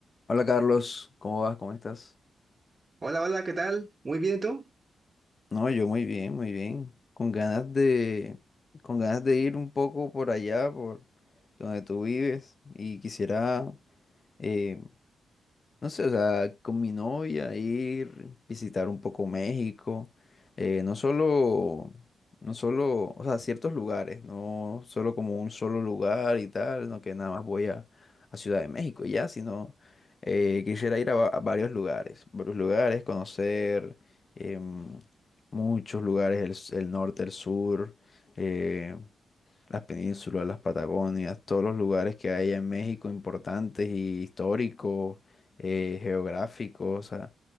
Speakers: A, on the left (about 40°); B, on the right (about 35°).
A: Hola Carlos, ¿cómo vas? ¿Cómo estás?
B: Hola, hola, ¿qué tal? Muy bien, ¿y tú?
A: No, yo muy bien, muy bien. Con ganas de, con ganas de ir un poco por allá, por donde tú vives, y quisiera eh, No sé, o sea, con mi novia ir, visitar un poco México, eh, no solo, no solo, o sea, ciertos lugares, no solo como un solo lugar y tal, no que nada más voy a, a Ciudad de México y ya, sino eh, quisiera ir a, va- a varios lugares, varios lugares, conocer em, muchos lugares, el, s- el norte, el sur, eh, las penínsulas, las Patagonias, todos los lugares que hay en México importantes y históricos, eh, geográficos, o sea,